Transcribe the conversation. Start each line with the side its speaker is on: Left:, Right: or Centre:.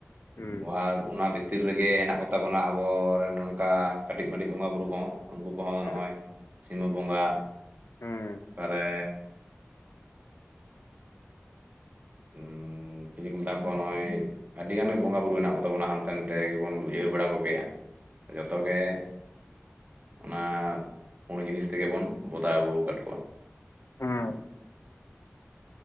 Left: ᱦᱩᱸ
Right: ᱟᱨ ᱚᱱᱟ ᱵᱷᱤᱛᱤᱨ ᱵᱷᱤᱛᱤᱨ ᱨᱮᱜᱮ ᱦᱮᱱᱟᱜ ᱠᱚᱛᱟ ᱵᱚᱱᱟ ᱟᱵᱚᱨᱮᱱ ᱱᱚᱝᱠᱟ ᱠᱟᱹᱴᱤᱡ ᱢᱟᱹᱴᱤᱡ ᱵᱚᱸᱜᱟ ᱵᱩᱨᱩ ᱠᱚᱦᱚᱸ ᱩᱱᱠᱩ ᱠᱚᱦᱚᱸ
Left: ᱦᱩᱸ
Right: ᱱᱚᱜᱼᱚᱭ ᱥᱤᱢᱟᱹ ᱵᱚᱸᱜᱟ
Left: ᱦᱩᱸ
Right: ᱚᱠᱟᱨᱮ ᱩᱸ ᱪᱤᱞᱤ ᱠᱚ ᱢᱮᱛᱟᱣᱟᱠᱚ ᱠᱟᱱᱟ ᱮᱭ ᱟᱹᱰᱤᱜᱟᱱ ᱜᱮ ᱵᱚᱸᱜᱟ ᱵᱩᱨᱩ ᱢᱮᱱᱟᱜ ᱠᱚ ᱛᱟᱵᱚᱱᱟ ᱦᱟᱱᱛᱮ ᱱᱟᱛᱮ ᱜᱮᱵᱚᱱ ᱵᱩᱡᱷᱟᱹᱣ ᱵᱟᱲᱟ ᱠᱚᱜᱮᱭᱟ ᱡᱚᱛᱚ ᱜᱮ ᱚᱱᱟ ᱯᱩᱸᱬ ᱡᱤᱱᱤᱥ ᱛᱮᱜᱮ ᱵᱚᱱ ᱵᱚᱫᱟᱣ ᱟᱹᱜᱩ ᱟᱠᱟᱫ ᱠᱚᱣᱟ
Left: ᱦᱮᱸ